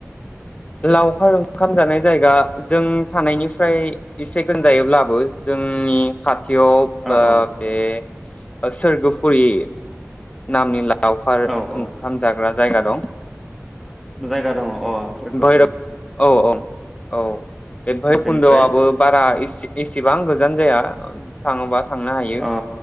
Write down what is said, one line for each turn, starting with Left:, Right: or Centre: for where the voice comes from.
Left: लावखार ओंखाम जानाय जायगा जों थानायनिफ्राय एसे गोजान जायोब्लाबो जोंनि खाथ थियाव
Centre: औ
Left: बा
Centre: औ
Left: बे ओह सोरगोफुरि नामनि लावखार
Centre: औ औ
Left: ओंखाम जाग्रा जायगा दं
Centre: जायगा दङ अ सोरखौ
Left: बैरब औ औ औ बैरबखन्दआबो
Centre: बेनिफ्राय
Left: बारा इसे एसेबां गोजान जाया थाङोबा थांनो हायो
Centre: अ